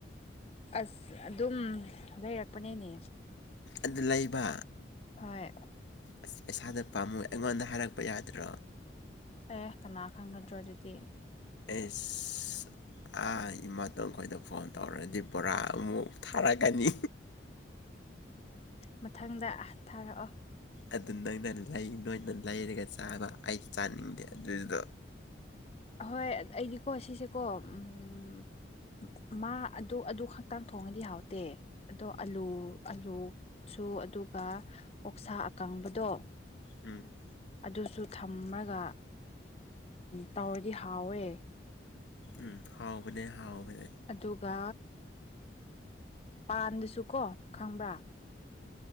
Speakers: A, on the left; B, on the left.
A: ꯑꯁ ꯑꯗꯨꯝ ꯂꯩꯔꯛꯄꯅꯦꯅꯦ
B: ꯑꯗꯨ ꯂꯩꯕ
A: ꯍꯣꯏ
B: ꯑꯁ ꯄꯩꯁꯥꯗꯨ ꯄꯥꯝꯃꯨ ꯑꯩꯉꯣꯟꯗ ꯍꯥꯏꯔꯛꯄ ꯌꯥꯗ꯭ꯔꯣ
A: ꯑꯦ ꯀꯅꯥ ꯈꯪꯒꯗ꯭ꯔꯣ ꯑꯗꯨꯗꯤ
B: ꯑꯦꯁ ꯑ ꯏꯃꯥꯇꯣꯟꯈꯣꯏꯗ ꯐꯣꯟ ꯇꯧꯔꯛꯗꯤ ꯕꯣꯔꯥ ꯑꯃꯨꯛ ꯊꯥꯔꯛꯀꯅꯤ
A: ꯃꯊꯪꯗ ꯊꯥꯔꯛꯑꯣ
B: ꯑꯗꯨ ꯅꯪꯅ ꯂꯩ ꯅꯣꯏꯅ ꯂꯩꯔꯒ ꯆꯥꯕ ꯑꯩꯗꯤ ꯆꯥꯅꯤꯡꯗꯦ ꯑꯗꯨꯗꯣ
A: ꯍꯣꯏ ꯑꯩꯗꯤꯀꯣ ꯁꯤꯁꯦꯀꯣ ꯎꯝ ꯃꯥ ꯑꯗꯨ ꯑꯗꯨ ꯈꯛꯇꯥꯡ ꯊꯣꯡꯉꯗꯤ ꯍꯥꯎꯇꯦ ꯑꯗꯣ ꯑꯂꯨ ꯑꯂꯨ ꯁꯨ ꯑꯗꯨꯒ ꯑꯣꯛꯁꯥ ꯑꯀꯥꯡꯕꯗꯣ
B: ꯎꯝ
A: ꯑꯗꯨꯁꯨ ꯊꯝꯃꯒ ꯇꯧꯔꯗꯤ ꯍꯥꯎꯋꯦ
B: ꯎꯝ ꯍꯥꯎꯕꯅꯦ ꯍꯥꯎꯕꯅꯦ
A: ꯑꯗꯨꯒ ꯄꯥꯟꯗꯨꯁꯨꯀꯣ ꯈꯪꯕ꯭ꯔꯥ